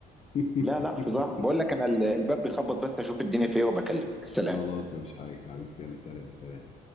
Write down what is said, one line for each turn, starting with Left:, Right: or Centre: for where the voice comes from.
Left: <laughs>
Centre: لا لا فظاع بقول لك انا ال- الباب بيخبط بس اشوف الدنيا فيه وبكلمك سلام
Left: خلاص مفيش حاجة حبيبي يعني سلام سلام